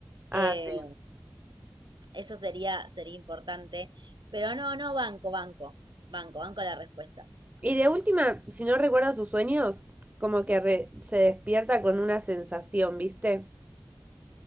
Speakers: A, on the right (about 20°); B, on the right (about 85°).
A: Ah,
B: eh,
A: sí.
B: eso sería, sería importante. Pero no, no, banco, banco, banco, banco la respuesta.
A: Y de última, si no recuerda sus sueños, como que re- se despierta con una sensación, ¿viste?